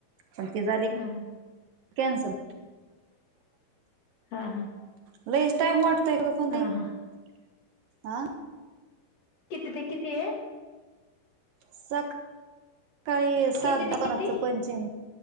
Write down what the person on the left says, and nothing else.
हा
<inaudible> हा हा
हा हा
किती ते किती आहे?
किती ते
किती